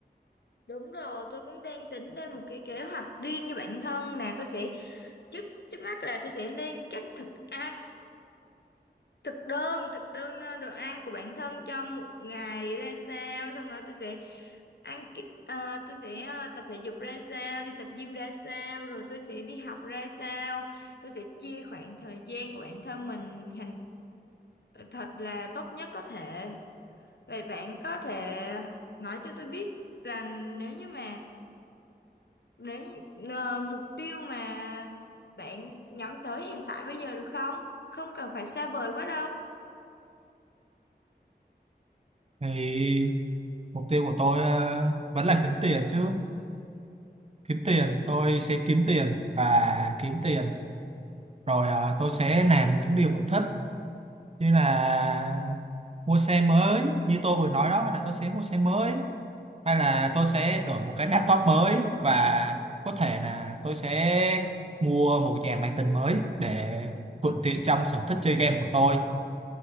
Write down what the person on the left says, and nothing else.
Đúng rồi, tôi cũng đang tính ra một cái kế hoạch riêng cho bản thân nè, tôi sẽ trước trước mắt là tôi sẽ lên các thực a thực đơn thực đơn ờ, đồ ăn của bản thân trong một ngày ra sao xong rồi tôi sẽ ăn ki- ờ, tôi sẽ ờ, tập thể dục ra sao đi tập gym ra sao rồi tôi sẽ đi học ra sao tôi sẽ chia khoảng thời gian của bản thân mình hành thật là tốt nhất có thể vậy bạn có thể nói cho tôi biết rằng nếu như mà đến ờ, mục tiêu mà bạn nhắm tới hiện tại bây giờ được không? Không cần phải xa vời quá đâu.